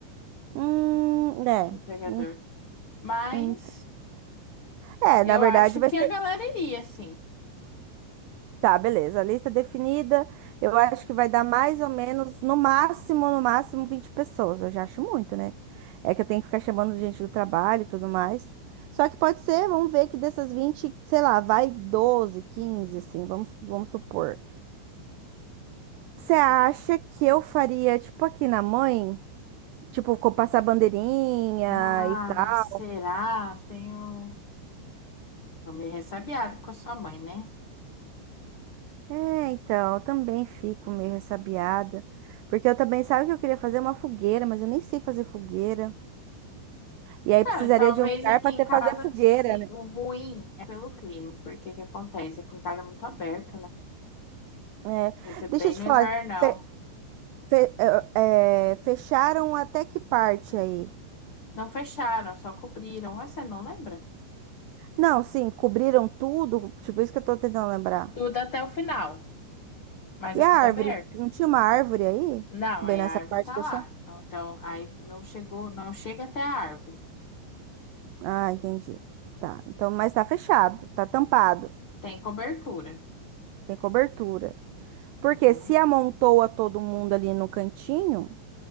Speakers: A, on the right (about 85°); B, on the left (about 65°).
A: Hum, é.
B: de entregador.
A: Em-
B: Mas
A: em- É,
B: eu
A: na verdade
B: acho
A: vai
B: que
A: ser.
B: a galera iria, sim.
A: Tá, beleza. A lista definida, eu acho que vai dar mais ou menos, no máximo, no máximo, 20 pessoas. Eu já acho muito, né? É que eu tenho que ficar chamando gente do trabalho e tudo mais. Só que pode ser, vamos ver que dessas 20 sei lá, vai 12 15 assim, vamos, vamos supor. Você acha que eu faria, tipo, aqui na mãe? Tipo, co- passar bandeirinha
B: Ah,
A: e tal?
B: será? Tenho. Tô meio ressabiado com a sua mãe, né?
A: É, então, eu também fico meio ressabiada. Porque eu também, sabe o que eu queria fazer uma fogueira, mas eu nem sei fazer fogueira. E aí
B: É,
A: precisaria
B: talvez
A: de um lugar
B: aqui
A: para
B: em
A: ter
B: casa
A: fazer fogueira,
B: se,
A: né?
B: o ruim é pelo clima, porque o que acontece? Aqui em casa é muito aberto, né?
A: É,
B: Vai ser
A: deixa
B: bem
A: eu te
B: no
A: falar,
B: invernal.
A: fe- fe- é, é, fecharam até que parte aí?
B: Não fecharam, só cobriram. Ah, Você não lembra?
A: Não, sim, cobriram tudo, tipo isso que eu tô tentando lembrar.
B: Tudo até o final, mas
A: E
B: é
A: a
B: tudo
A: árvore?
B: aberto.
A: Não tinha uma árvore aí?
B: Não,
A: Bem
B: aí
A: nessa
B: a árvore
A: parte
B: tá
A: fechada?
B: lá. Então, aí não chegou, não chega até a árvore.
A: Ah, entendi. Tá, então, mas tá fechado, tá tampado,
B: Tem cobertura.
A: tem cobertura. Porque
B: Uhum.
A: se amontoa todo mundo ali no cantinho